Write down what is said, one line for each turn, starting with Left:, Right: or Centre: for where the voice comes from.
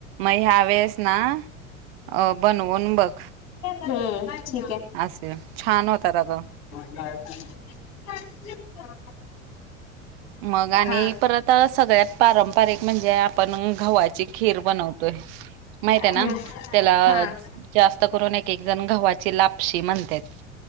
Right: मग ह्या वेळेस ना अ बनवून बघ
Left: हम्म ठीक आहे.
Right: असे छान होतात अगं
Left: <unintelligible>
Right: मग आणि
Left: हा
Right: परत सगळ्यात पारं पारीक म्हणजे आपण गव्हाची खीर बनवतोय. माहितय ना
Left: हम्म
Right: त्याला
Left: हा.
Right: जास्त करून एक एक जण गव्हाची लापशी म्हणत्यात.